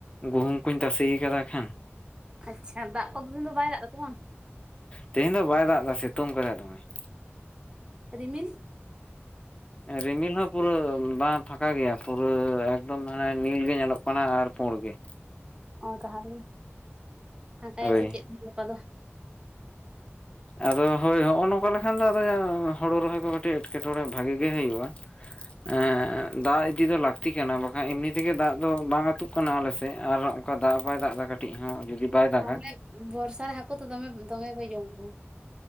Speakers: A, on the left; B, on the right.
A: ᱜᱩᱦᱩᱢ ᱠᱩᱧ ᱛᱟᱥᱮᱹ ᱟᱠᱟᱫᱟ ᱠᱷᱟᱱ
B: ᱟᱪ-ᱪᱷᱟ, ᱫᱟᱜ ᱠᱚᱫᱚ ᱫᱤᱱ ᱫᱚ ᱵᱟᱭ ᱫᱟᱜ ᱫᱟ ᱛᱚ ᱵᱟᱝ?
A: ᱛᱮᱹᱦᱮᱹᱧ ᱫᱚ ᱵᱟᱭ ᱫᱟᱜ ᱟᱠᱟᱫᱟ ᱥᱮᱹᱛᱳᱝ ᱠᱟᱫᱟᱭ ᱫᱚᱢᱮ ᱾
B: ᱨᱤᱢᱤᱞᱥ ᱾
A: ᱨᱤᱢᱤᱞ ᱦᱚᱸᱵᱷ ᱯᱩᱨᱟᱹ ᱵᱟᱝ ᱯᱷᱟᱸᱠᱟ ᱜᱮᱭᱟ ᱯᱩᱨᱟᱹ ᱮᱠᱫᱚᱢ ᱦᱟᱱᱮ ᱱᱤᱞ ᱜᱮ ᱧᱮᱞᱚᱜ ᱠᱟᱱᱟ ᱟᱨ ᱯᱳᱸᱲ ᱜᱮ ᱾
B: ᱚ ᱛᱟᱦᱞᱮ ᱯᱷᱟᱸᱠᱟᱭᱟ
A: ᱦᱳᱭ
B: ᱥᱮ ᱪᱮᱫ ᱜᱟᱯᱟ ᱫᱚ?
A: ᱟᱫᱚ ᱦᱳᱭ ᱱᱚᱜᱼᱚ ᱱᱚᱝᱠᱟ ᱞᱮᱠᱷᱟᱱ ᱫᱚ ᱟᱫᱚ ᱦᱳᱲᱳ ᱨᱚᱦᱚᱭ ᱠᱚ ᱠᱟᱹᱴᱤᱡ ᱮᱴᱠᱮᱴᱚᱸᱬᱮ ᱵᱷᱟᱜᱮᱹ ᱜᱮ ᱦᱳᱭᱳᱜᱼᱟ ᱾ ᱮᱜᱻ ᱫᱟᱜ ᱤᱫᱤ ᱫᱚ ᱞᱟᱹᱠᱛᱤ ᱠᱟᱱᱟ ᱵᱟᱠᱷᱟᱡ ᱮᱢᱱᱤ ᱛᱮᱜᱮ ᱫᱟᱜ ᱫᱚ ᱵᱟᱝ ᱟᱹᱛᱩᱜ ᱠᱚᱱᱚ ᱟᱞᱮᱥᱮᱜ ᱟᱨ ᱚᱱᱠᱟ ᱫᱟᱜ ᱦᱚᱸ ᱵᱟᱭ ᱫᱟᱜ ᱫᱟ ᱠᱟᱹᱴᱤᱡ ᱦᱚᱸ ᱡᱩᱫᱤ ᱵᱟᱭ ᱫᱟᱜᱟ
B: ᱛᱟᱦᱚᱞᱮ ᱵᱚᱨᱥᱟ ᱨᱮ ᱦᱟᱹᱠᱳ ᱛᱚ ᱫᱚᱢᱮ ᱫᱚᱢᱮ ᱯᱮ ᱡᱚᱢ ᱠᱚᱣᱟ?